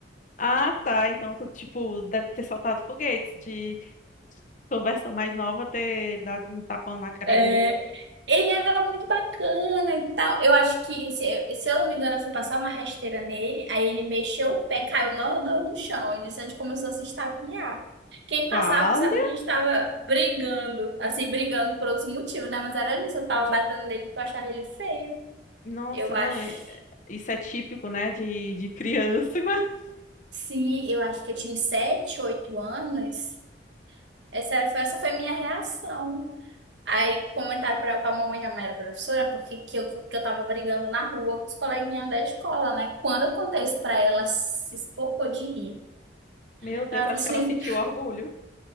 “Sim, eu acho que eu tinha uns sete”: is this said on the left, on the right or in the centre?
Right